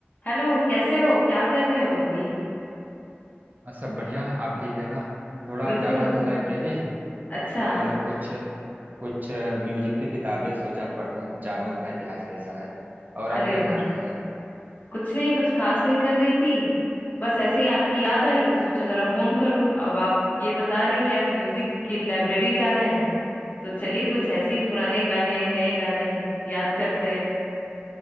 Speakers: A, on the left; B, on the right.
A: Hello कैसे हो क्या कर रहे हो अभी
B: हाँ, सब बढ़िया आप ठीक है ना थोड़ा
A: बिल्कुल
B: जा रहा था लाइब्रेरी
A: अच्छा
B: और कुछ कुछ अ, म्यूजिक की किताबें सोचा पढूं जानूं उनका इतिहास कैसा है और आप
A: अरे
B: क्या कर
A: वाह
B: रही हैं
A: कुछ नहीं कुछ खास नहीं कर रही थी बस ऐसे ही आपकी याद आई तो सोचा जरा फोन करूं अब आप ये बता रहे कि आप म्यूजिक की लाइब्रेरी जा रहे हैं तो चलिए कुछ ऐसे ही पुराने गाने नए गाने याद करते हैं